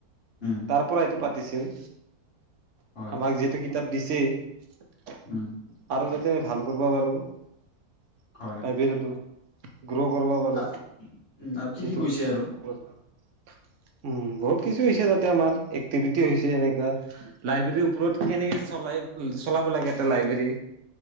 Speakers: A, on the left; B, on the right.
A: উম
B: তাৰ পৰা এইটো পাতিছিল।
A: হয়
B: আমাক যিহেতু কিতাপ দিছেই আৰ'
A: উম
B: যাত তে ভাল কৰবা পাৰো। লাইব্ৰেৰীতো।
A: হয়
B: গ্ৰ' কৰিব পাৰোঁ
A: আ- উম আৰু কি
B: এইটোৰ
A: কি কৈছে আৰু
B: ওপৰত উম বহুত কিছু হৈছে তাত। তে আমাৰ এক্টিভেটি হৈছে এনেকুৱা। লাইব্ৰেৰীৰ ওপৰত কেনেকে চলাই - চলাব লাগে এটা লাইবেৰী?